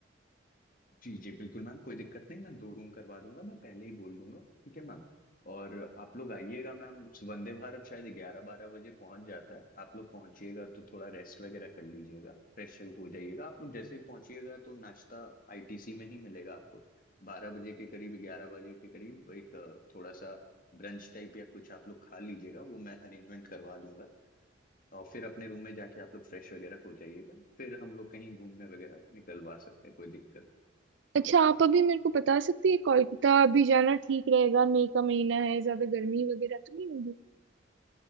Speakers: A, on the left; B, on the right.
A: जी जी बिल्कुल मैम कोई दिक्कत नहीं मैं दो रूम करवा दूंगा मैं पहले ही बोल दूंगा ठीक है मैम और आप लोग आइएगा मैम वंदे भारत शायद ग्यारह बारह बजे पहुंच जाता है आप लोग पहुंचिएगा तो थोड़ा रेस्ट वगैरह कर लीजिएगा फ्रेश हो जाइएगा आप लोग जैसे ही पहुंचिएगा तो नाश्ता आईटीसी में ही मिलेगा आपको बारह बजे के करीब ग्यारह बजे के करीब एक अ, थोड़ा सा ब्रंच टाइप या कुछ आप लोग खा लीजिएगा वो मैं अरेंजमेंट करवा दूंगा और फिर अपने रूम में जाके आप लोग फ्रेश वगैरह हो जाइएगा फिर हम लोग कहीं घूमने वगैरह निकलवा सकते हैं कोई दिक्कत
B: अच्छा आप अभी मेरे को बता सकती है कोलकाता अभी जाना ठीक रहेगा मई का महीना है ज्यादा गर्मी वगैरह तो नहीं होगी